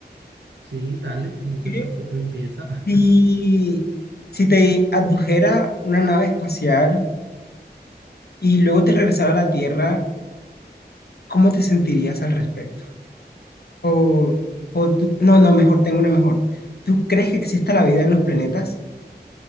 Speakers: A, on the right; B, on the left.
A: Sí, dale, no te
B: ¿Qué
A: preocupes, empieza. <laughs>
B: si, si te adujera una nave espacial y luego te regresara a la Tierra, ¿cómo te sentirías al respecto? O, o tú, no, no, mejor, tengo una mejor. ¿Tú crees que exista la vida en los planetas,